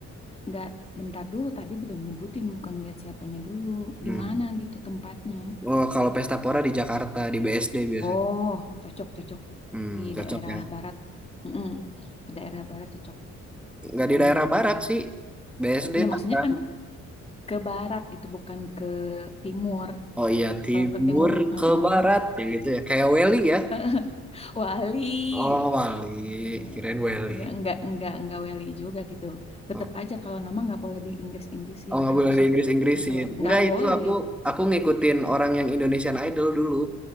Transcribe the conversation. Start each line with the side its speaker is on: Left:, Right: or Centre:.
Left: Nggak, bentar dulu. Tadi belum nyebutin. Bukan lihat siapanya dulu.
Centre: hmm.
Left: Di mana gitu tempatnya.
Centre: oh kalau pesta pora di Jakarta di BSD biasanya
Left: Oh, cocok-cocok.
Centre: hmm,
Left: Di
Centre: cocok
Left: daerah
Centre: ya
Left: barat. Mm-mm. Ke daerah barat cocok.
Centre: nggak di
Left: Bener-bener.
Centre: daerah barat sih BSD
Left: Iya, maksudnya
Centre: Tangerang.
Left: kan ke barat gitu, bukan ke timur.
Centre: Oh iya, timur
Left: Kalau ke timur, eh-eh.
Centre: ke barat yang gitu ya. Kayak Welly ya.
Left: <laughs> Wali.
Centre: Oh, Wali,
Left: Eh,
Centre: kirain Welly.
Left: Ya enggak enggak enggak wali juga gitu. Tetap
Centre: Oh,
Left: aja kalau nama enggak boleh di Inggris-Inggrisin,
Centre: oh nggak
Left: harus
Centre: boleh di
Left: ses-
Centre: Inggris-Inggrisin.
Left: sesuai. Enggak
Centre: Enggak
Left: boleh.
Centre: itu aku aku ngikutin orang yang Indonesian Idol dulu.